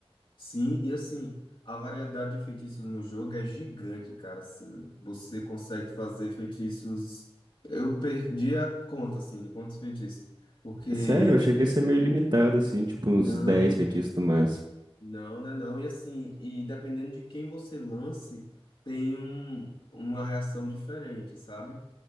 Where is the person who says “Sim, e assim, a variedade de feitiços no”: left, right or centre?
Left